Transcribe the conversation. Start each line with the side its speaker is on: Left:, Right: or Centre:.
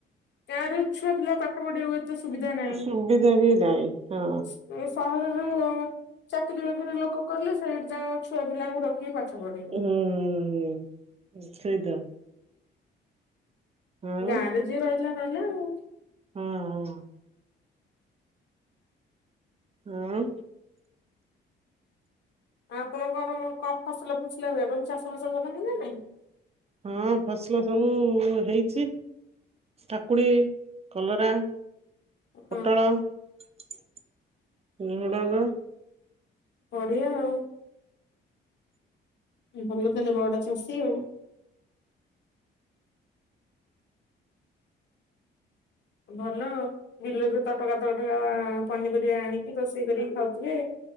Left: ଗାଁରେ ଛୁଆ ପିଲା ପାଠ ପଢ଼ିବାକୁ ଏତେ ସୁବିଧା ନାହିଁ
Right: ସୁବିଧା ବି ନାହିଁ ହଁ
Left: ସୁ ଏ ସହରରେ ଚାକିରୀ ବାକିରି ଲୋକ କଲେ ସେଇଠି ଯା ଛୁଆ ପିଲାଙ୍କୁ ରଖିକି ପାଠ ପଢେଇଲେ।
Right: ହୁଁ ହୁଁ ହୁଁ ସେଇତ। ଆଉ
Left: ଗାଁରେ ଯିଏ ରହିଲା ରହିଲା ଆଉ।
Right: ହୁଁ ହୁଁ। ଉଁ।
Left: ଆପଣଙ୍କର କଣ ଫସଲ ଫୁସିଲା ହୁଏ ଏବଂ ଚାଷ ବାସ କରନ୍ତିନା ନାଇଁ?
Right: ହୁଁ ଫସଲ ସବୁ ହେଇଚି। କାକୁଡ଼ି କଲରା
Left: ହଁ।
Right: ପୋଟଳ ସୁଡ଼ଙ୍ଗ
Left: ବଡ଼ିଆ ଆଉ। ଭଲ ତାଲେ ବଡ଼ ଚାଷୀ ଆଉ। ଭଲ ବିଲରୁ ତଟକା ତଟକା ପନିପରିବା ଆଣିକି ରୋଷେଇ କରିକି ଖାଉଥିବେ।